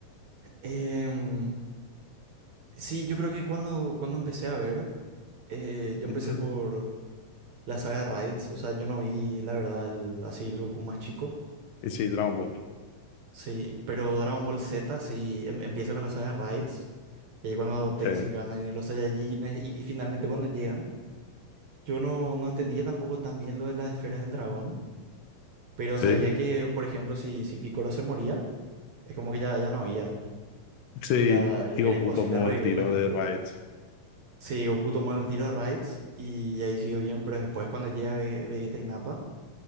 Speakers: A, on the right; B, on the left.
A: Em, sí, yo creo que cuando, cuando empecé a ver, eh, yo
B: Ujú.
A: empecé por la saga de Raids. O sea, yo no vi, la verdad, el, así el Goku más chico.
B: Y sí, Dragon Ball,
A: Sí, pero Dragon Ball Z sí em- empieza con la saga de Raids. Y ahí cuando te
B: sí,
A: dicen que van a venir los Saiyajines y, y finalmente cuando llegan, yo no, no entendía tampoco tan bien lo de las esferas del dragón. Pero
B: sí,
A: sabía que, por ejemplo, si, si Piccolo se moría, es como que ya, ya no había.
B: Sí,
A: Tipo, ya era
B: tío, ocupa
A: imposible
B: como
A: revivir
B: el tiro
A: a la gente.
B: de Raids.
A: Sí, Goku tomó el tiro de Raids y ahí siguió bien, pero después cuando llega Ve- Vegeta y Nappa,